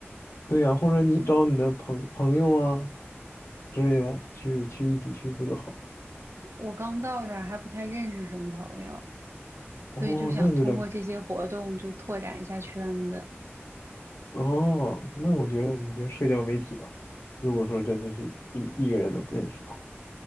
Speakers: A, on the left; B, on the right.
A: 对呀、或者你找你的朋朋友啊
B: 嗯，
A: 之类的，去去一起去不就好了？
B: 我刚到这儿还不太认识什么朋友，
A: 哦，
B: 所以就想通过这些活动就拓展一下圈子。
A: 那有点，哦，那我觉得你就社交媒体吧，如果说真的是一一个人都不认识的话。